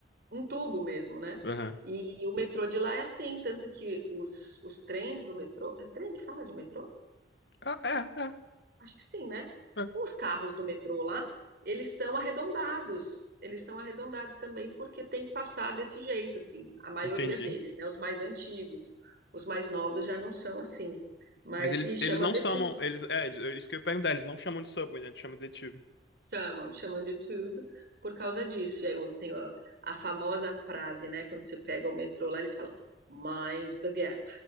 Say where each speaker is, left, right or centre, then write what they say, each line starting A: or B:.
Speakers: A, on the right; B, on the left.
A: um tubo mesmo, né?
B: Aham.
A: E o metrô de lá é assim, tanto que os, os trens do metrô, é trem que fala de metrô?
B: Ah, é,
A: Acho que sim, né?
B: é, é.
A: Os carros do metrô lá, eles são arredondados, eles são arredondados também porque tem que passar desse jeito, assim, a maioria
B: Entendi.
A: deles, né? Os mais antigos, os mais novos já não são assim, mas,
B: Mas eles,
A: e chama
B: eles não
A: The
B: chamam.
A: Tube,
B: Eles, é, eles- é isso que eu ia perguntar, eles não chamam de Subway, né? Eles chamam de detetive.
A: chamam, chamam de Tube por causa disso, e aí eu tenho a, a famosa frase, né, quando você pega o metrô lá, eles falam, Mind the gap.